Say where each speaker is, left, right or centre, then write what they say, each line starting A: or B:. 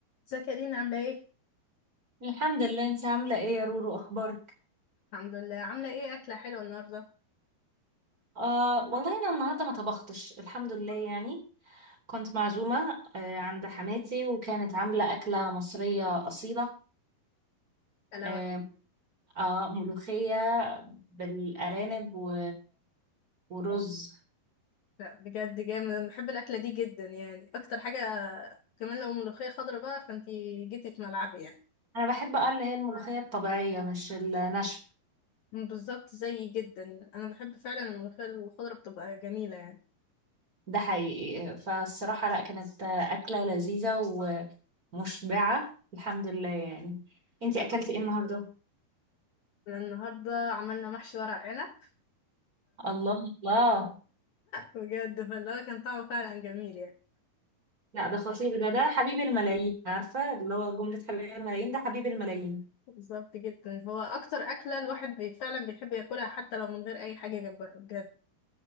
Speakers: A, on the left; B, on the right.
A: ازيك يا دينا عاملة ايه؟
B: الحمد لله انت عاملة ايه يا رورو اخبارك
A: الحمد لله عاملة ايه أكلة حلوة النهاردة؟
B: آه والله انا النهاردة ما طبختش الحمد لله يعني كنت معزومة آه عند حماتي وكانت عاملة أكلة مصرية أصيلة
A: ألا
B: آه,
A: وهي
B: آه ملوخية بالأرانب و... ورز
A: لا بجد جامد أنا بحب الأكلة دي جدا يعني أكتر حاجة كمان لو ملوخية خضرا بقى فانتي جيتي في ملعبي يعني
B: أنا بحب اه اللي هي الملوخية الطبيعية مش الناشفة
A: بالظبط زيي جدا يعني. أنا بحب فعلا الملوخية الخضرا بتبقى جميلة يعني
B: ده حقيقي فالصراحة لا كانت أكلة لذيذة ومشبعة الحمد لله يعني انتي أكلتي ايه النهاردة
A: أنا النهاردة عملنا محشي ورق عنب
B: الله الله
A: بجد فاللي هو كان طعمه فعلا جميل يعني
B: لا ده خطير ده ده حبيب الملايين عارفة اللي هو جملة حبيب الملايين ده حبيب الملايين
A: بالظبط جدا هو أكتر أكلة الواحد بي- فعلا بيحب ياكلها حتى لو من غير أي حاجة جنبها بجد